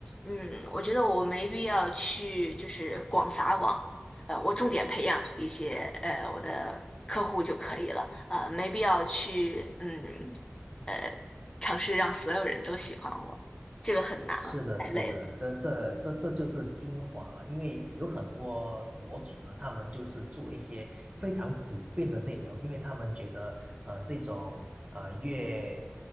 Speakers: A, on the left; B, on the right.
A: 嗯我觉得我没必要去就是广撒网。呃，我重点培养一些呃我的客户就可以了，呃，没必要去嗯呃尝试让所有人都喜欢我，这个很难啊，
B: 是的，
A: 太累了。
B: 是的，这这这这就是精华嘛，因为有很多博主呢，他们就是做一些非常普遍的内容，因为他们觉得，呃，这种呃越